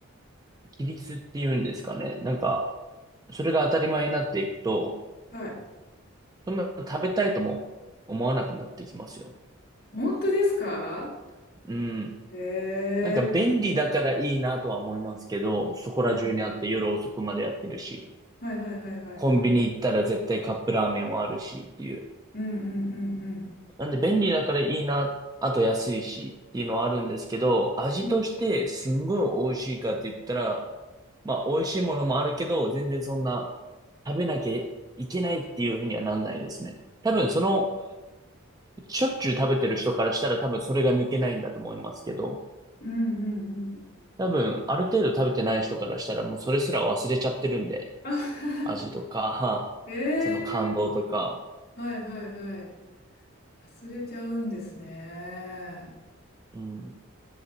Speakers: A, on the right; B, on the left.
A: 規律っていうんですかね。なんかそれが当たり前になっていくと、
B: い。はい
A: そんな食べたいとも思わなくなってきますよ。
B: 本当ですか
A: うん。
B: へえー。
A: なんか便利だからいいなとは思いますけど、そこら中にあって夜遅くまでやってるし、
B: はいはいはいはいはい。
A: コンビニ行ったら絶対カップラーメンはあるしっていう。
B: うんうんうんうん。
A: なんで便利だからいいな、あと安いしっていうのはあるんですけど、味としてすんごい美味しいかって言ったら、
B: うん。
A: まあ美味しいものもあるけど、全然そんな食べなきゃいけないっていうふうにはなんないですね。多分その、しょっちゅう食べてる人からしたら多分それが抜けないんだと思いますけど、
B: うんうんうんうん。
A: 多分ある程度食べてない人からしたらもうそれすら忘れちゃってるんで、
B: <laughs> あはは
A: 味とか、
B: ええ
A: その感動とか、
B: ーはいはいはい。忘れちゃうんですね。
A: うん。